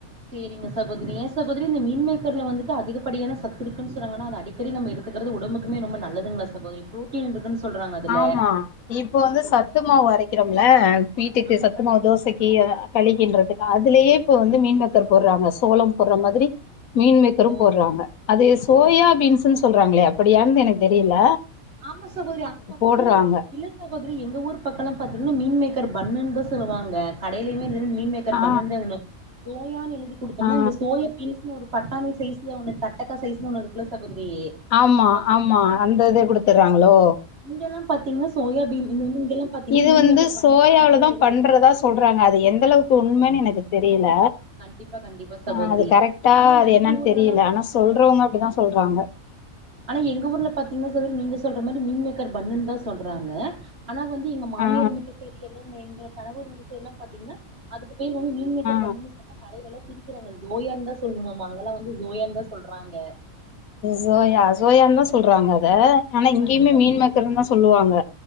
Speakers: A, on the right; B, on the left.
A: சேரிங்க சகோதரி ஏ சகோதரி இந்த மீன் மேக்கர்ல வந்துட்டு அதிகப்படியான சத்துருக்குன்னு சொறாங்கன்னா ஆனா அது அடிக் கடிநம்ம எடுக்கிறது உடம்புக்குமே ரொம்ப நல்லதுங்களா சகோதரி புரோட்டீன் இருக்குன்னு சொல்றாங்க அதுல
B: ஆமா இப்போ வந்து சத்து
A: ம்
B: மாவு அரைக்கிறோம்ல வீட்டுக்கு
A: ஆமா
B: சத்து
A: சகோதரி
B: மாவு தோசைக் கி அ களிக்கின்றது அதுலயே இப்ப வந்து மீன் மேக்கர் போடுறாங்க சோளம் போடுற மாதிரி மீன்மேக்கரும்
A: ஓ
B: போடுறாங்க அது சோயா
A: ஓ சேரிங்க
B: பீன்ஸ்ன்னு சொல்றாங்களே அப்படியான்னு எனக்கு தெரியல
A: ஆமா சகோதரி அந்த
B: போடறாங்க
A: இல்ல சகோதரி எங்க ஊர் பக்ககோலாம் பாத்தீங்கன்னா மீன் மேக்கர் பண்ணுன்தா சொல்லுவாங்க கடையுலுமே மீன் சேரி
B: ஆ
A: பண்ணுன் தா எலுத சோயான்னு எழுதி குடுத்தோம்ன
B: ஆ
A: இந்த சோய பீன்ஸ்னு ஒரு பட்டாணி சைஸ்ல ஒன்னு தட்டக்கா சைஸ்ல ஒன்னு இருக்குல்ல சகோதரி
B: ஆமா
A: மொ-
B: ஆமா அந்த இத குடுத்தறாங்களோ
A: இங்க எல்லாம் பாத்தீங்கன்னா சோயா பீன் இங்கல்லா பாத்தீங்கன்னா
B: இது
A: மீன்
B: வந்து
A: மேக்கர் பண்ணுன்
B: சோயால
A: சொன்னா தா தெரிய
B: பண்றதா சொல்றாங்க அது எந்த அளவுக்கு உண்மன்னு எனக்கு தெரியல
A: கண்டிப்பா கண்டிப்பா சகோதரி
B: ஆ அது கரெக்ட்டா
A: ஆனா
B: அது
A: எங்க
B: என்னன்னு
A: ஊர்லல்லா
B: தெரியல ஆனா சொல்றவங்க அப்படிதா சொல்றாங்க
A: ஆனா எங்க ஊர்ல பாத்தீங்கன்னா சகோதரி நீங்க சொல்ற மாரி மீன் மேக்கர் பண்ணுன் தா சொல்றாங்க ஆனா வந்து எங்க மாமியார்
B: ஆ
A: வீட்டு சைடுல எல்லா இங்க எங்க கணவர் ஊரு சைடுல்லாம் பாத்தீங்கன்னா அதுக்கு பேர் வந்து மீன் மேக்கர்
B: ஆ
A: பண்ணுன்னு சொன்னா கடைலல்லா சிரிக்கிறங்க சோயான் தா சொல்ணுமாம அங்களா வந்து சோயான் தா சொல்றாங்க
B: சோயா சோயான் தா சொல்றாங்க அத ஆனா இங்கேயுமே
A: கண்டிப்பா
B: மீன் மேக்கர்ன்னு தா சொல்லுவாங்க